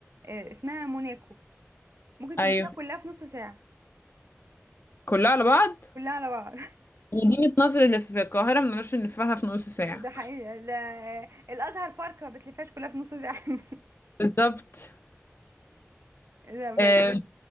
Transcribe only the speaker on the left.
ايوه
كلها على بعض
مدينة نصر اللي في القاهرة منعرفش نلفها في نص ساعة
بالظبط
أه